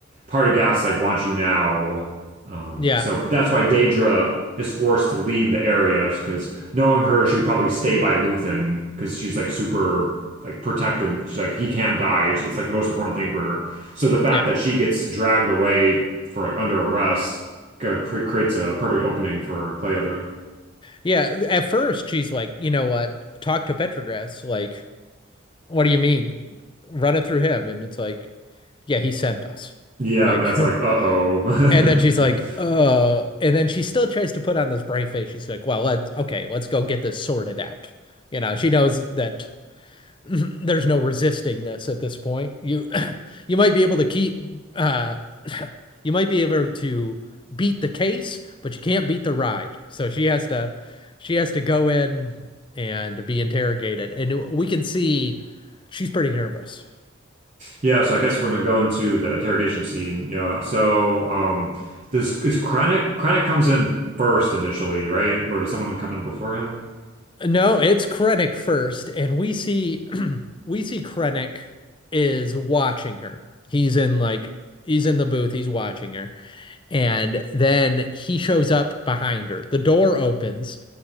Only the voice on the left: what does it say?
Yeah.
Yeah.
Yeah, at first she's like, you know what? Talk to Petrogras. Like, What do you mean? Run it through him. And it's like, yeah, he sent us.
Like,
<laughs> and then she's like,
uh, and then she still tries to put on this brave face. She's like, well, let's, okay, let's go get this sorted out. You know, she knows that <clears throat> there's no resisting this at this point. You, <clears throat> you might be able to keep, uh, <clears throat> you might be able to beat the case, but you can't beat the ride. So she has to, she has to go in and be interrogated. And we can see she's pretty nervous.
No, it's Krennic first, and we see <clears throat> we see Krennic is watching her. He's in like he's in the booth, he's watching her, and then he shows up behind her. The door opens,